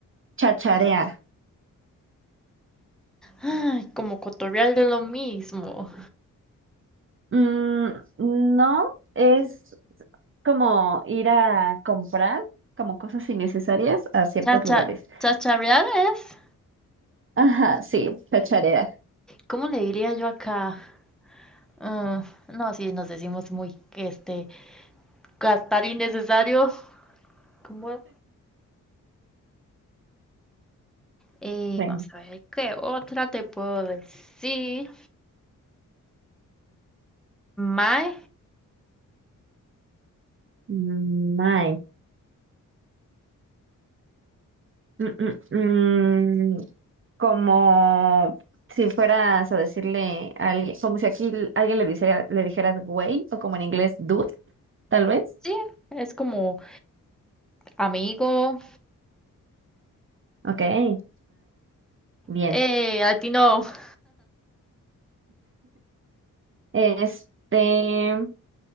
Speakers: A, on the right; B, in the centre.
A: chacharear.
B: Ay, como cotorrear de lo mismo.
A: Mm, no, es como ir a comprar como cosas innecesarias a ciertos
B: Chacha,
A: lugares.
B: chacharear es.
A: Ajá, sí, chacharear.
B: ¿Cómo le diría yo acá? Mm, no, sí, nos decimos muy, este, gastar innecesario. ¿Cómo? Y
A: Bueno,
B: vamos a ver, ¿qué otra te puedo decir? Mae,
A: mm, ay, mm, mm, mm, como si fueras a decirle a alguien, como si aquí l- alguien le dijera, le dijeras güey, o como en inglés dude, tal vez.
B: sí, es como amigo,
A: Ok, ay, bien.
B: eh, a ti no, <laughs>
A: Este,